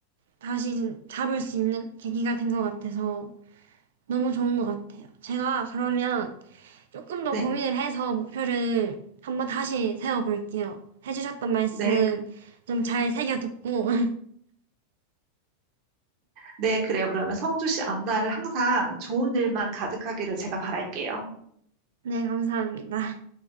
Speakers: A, on the right; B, on the right.
A: 다시 잡을 수 있는 계기가 된 것 같아서 너무 좋은 것 같아요. 제가 그러면 조금 더
B: 네,
A: 고민을 해서 목표를 한번 다시 세워볼게요. 해주셨던 말씀
B: 네,
A: 좀 잘 새겨듣고
B: 네, 그래요. 그러면 성주 씨 앞날을 항상 좋은 일만 가득하기를 제가 바랄게요.
A: <laughs> 네, 감사합니다.